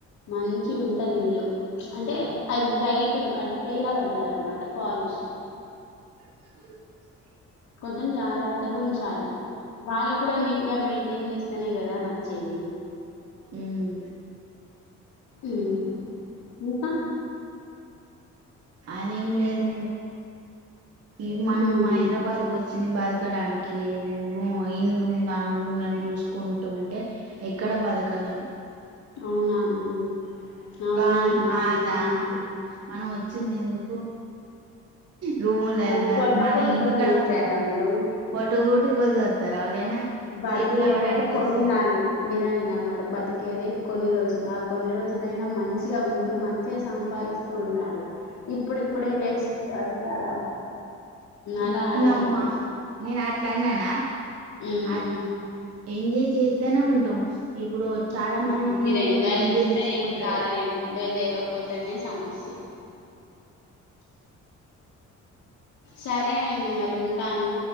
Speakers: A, on the left; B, on the right.
A: మంచిగుంటది ఇల్లు అంటే వైట్ అంటే తెల్ల బండాలు అన్నమాట. పాలిష్.
B: ఉమ్.
A: కొంచెం జాగ్రత్తగా ఉంచాలి. వాళ్ళకు కూడా నీట్ గా మెయింటైన్ చేస్తానే కదా నచ్చేది.
B: ఉమ్.
A: ఉమ్ ఇంకా.
B: అదేం లేదు ఈ మనం
A: ఉహు
B: హైదరాబాద్ కు వస్తే. బతకడానికి రూమ్ ఇన్ రూమ్ దన్ రూమ్ని చూసుకుంటూ ఉంటే ఎక్కడ. ఎండ బతకాలేం.
A: అవునా అండి. అవునండి
B: ఆహ్ నాదా.
A: నిజమేనండి
B: మనం వచ్చింది ఎందుకు రూములేళ్ళ
A: ఆ పొట్ట
B: మన
A: పోటీ
B: ఇంటికాడ
A: కోసం వచ్చారా
B: ఫుల్.
A: మీరు.
B: ఫోటో కూడా చూపెడతారా వాళ్ళైనా.
A: బతికేదే
B: సిటీలు అవ్వడానికి
A: కొన్ని
B: వస్తారు
A: నాలు బిరయానీ నా మ బతికేదే. కొన్ని రోజులు ఆహ్ కొన్ని రోజులైనా మంచిగా ఉంటూ మంచిగా సంపాదిస్తూ ఉండాలి. ఇప్పుడిప్పుడే వేస్ట్ అంటే అలా.
B: ఉమ్
A: అలా అడిగా
B: నామ్మా
A: మరి
B: నేను అట్లా అన్నానా.
A: ఉమ్
B: అద్ ఎంజాయ్ చేస్తానే ఉంటాం. ఇప్పుడు చాలా
A: ఆహా
B: మంది ఉన్నోళ్ళు
A: మీరు ఎంజాయ్ చేస్తే
B: చేసుకోవట్లేడా
A: ఏం కాదులేండి ఎంజాయ్ చేయకపోతేనే సమస్య. సరే అండి మరి ఉం. రాను.